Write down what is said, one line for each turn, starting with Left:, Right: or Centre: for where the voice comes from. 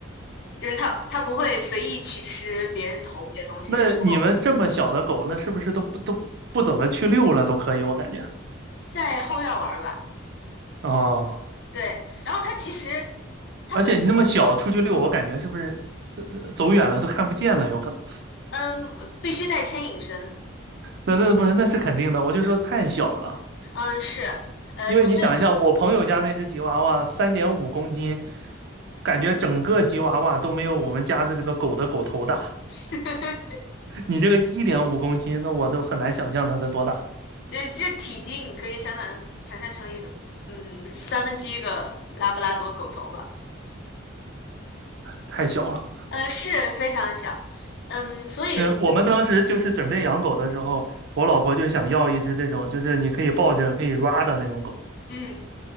Left: 就是它，它不会随意去吃别人投喂的东西，
Right: 那你们这么小的狗，
Left: 然后
Right: 那是不是都不都不怎么去遛了？都可以，我感觉。
Left: 在后院玩儿吧。
Right: 哦，
Left: 对，然后它其实它本来就很小，
Right: 而且你那么小出去遛，我感觉是不是呃呃走远了都看不见了？有可能。
Left: 嗯，必须带牵引绳，
Right: 那那不是，那是肯定的。我就说太小了，
Left: 嗯是，呃，
Right: 因为你想一下，
Left: 走在
Right: 我朋友家那只吉娃娃三点五公斤，感觉整个吉娃娃都没有我们家的这个狗的狗头大。
Left: <laughs>，
Right: 你这个一点五公斤，那我都很难想象它的多大，
Left: 呃，这体积你可以相当想象成一个，嗯，三分之一个拉布拉多狗头吧，
Right: 太小了。
Left: 嗯是非常小，嗯，所以这个嗯
Right: 嗯，我们当时就是准备养狗的时候，我老婆就想要一只这种，就是你可以抱着可以 ra 的那种狗。
Left: 嗯